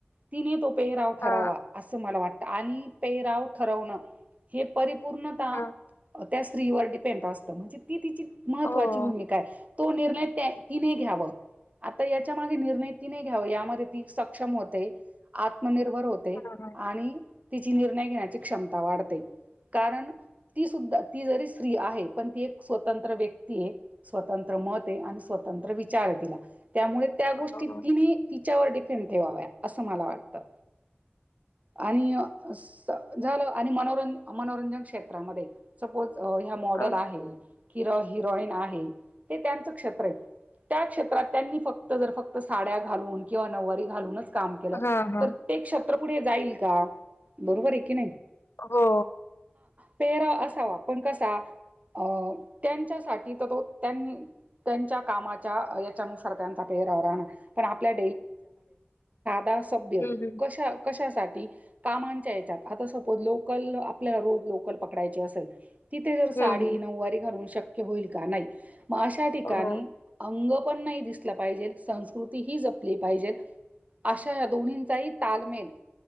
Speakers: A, on the right; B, on the left.
A: ती नेतो. पेहराव ठरावा
B: हां,
A: असं मला वाटत आणि पेहराव ठरवण हे पर. पूर्ण
B: हां.
A: त्या स्त्रीवर डिपेंड असत म्हणजे ती तिची महत्वाची
B: हो.
A: भूमिका आहे. तो निर्णय त्या तिने घ्याव. आता याच्या मागे निर्णय ती नाही घ्यावा यामध्ये ती सक्षम होते आ. निर्भर होते.
B: हां, हां.
A: आणि तिची निर्णय घेण्याची क्षमता वाढते. कारण ती सुद्धा ती जरी स्त्री आहे पण ती एक स्वतंत्र व्यक्ती आहे स्वतंत्र. मत आणि स्वतंत्र विचार आहे तिला. त्यामुळे त्या गोष्टी
B: हो, हो.
A: तिने तिच्यावर डिफेंट ठेवाव्या असं मला वाटतं. आणि झालं आणि म मनोरंजन क्षेत्रामध्ये सपोज. ह्या मॉडल
B: अ,
A: आहे हि हिरोईन आहे ते त्यांचं क्षेत्र आहे. त्या क्षेत्रात त्यांनी फक्त जर फक्त साड्या घालून किंवा नवारी घालूनच. काम केलं
B: हां, हां.
A: तर ते क्षत्रपुढे जाईल का बरोबर आहे की नाही.
B: हो.
A: पेरा असावा पण कसा. अ त्यांच्यासाठी तर तो त्यां त्यांच्या कामाच्या याच्यानुसार त्यांचा प. आपल्या ध सभ
B: हं, हं.
A: क. कशासाठी कामांच्या याच्यात आता सपोज लोकल आपल्याला रोज लोकल पकडायचे असेल. तिथे जर साडी
B: हं, हं.
A: नऊवारी घालून शक्य होईल का नाही मग अशा ठिकाणी
B: हो.
A: अंग. कोण नाही दिसला पाहिजे संस्कृती ही जपली पाहिजे. अशा या दोन्हींचाही तालमेल.